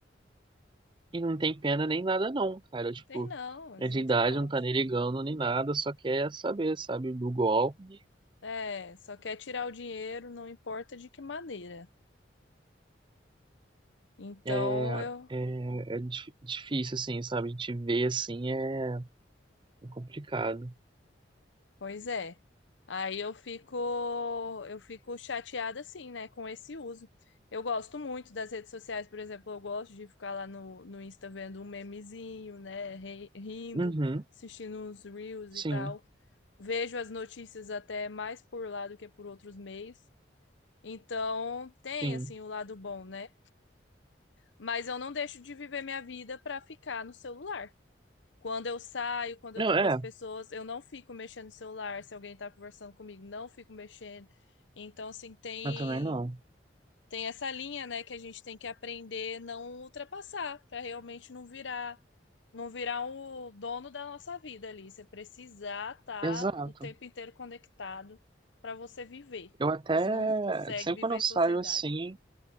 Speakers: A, on the right (about 25°); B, on the left (about 80°).
A: E não tem pena nem nada não, cara. Tipo,
B: Tem não, eles
A: é de
B: não
A: idade,
B: têm não.
A: não tá nem ligando nem nada, só quer saber, sabe, do golpe.
B: É, só quer tirar o dinheiro, não importa de que maneira. Então
A: É,
B: eu
A: é, é dif- difícil, assim, sabe? A gente vê, assim, é complicado.
B: Pois é. Aí eu fico, eu fico chateada assim, né, com esse uso. Eu gosto muito das redes sociais, por exemplo, eu gosto de ficar lá no, no Insta vendo um memezinho, né, ri- rindo,
A: Uhum,
B: assistindo uns reels
A: sim,
B: e tal. Vejo as notícias até mais por lá do que por outros meios. Então, tem
A: sim.
B: assim o lado bom, né? Mas eu não deixo de viver minha vida para ficar no celular. Quando eu saio, quando
A: Não,
B: eu tô
A: é,
B: com as pessoas, eu não fico mexendo no celular. Se alguém tá conversando comigo, não fico mexendo. Então, assim, tem,
A: eu também não.
B: tem essa linha, né, que a gente tem que aprender não ultrapassar, pra realmente não virar, não virar o dono da nossa vida ali. Você precisar estar
A: Exato.
B: o tempo inteiro conectado pra você viver,
A: Eu até,
B: porque senão você não consegue
A: sempre
B: viver
A: quando eu
B: em
A: saio,
B: sociedade.
A: assim,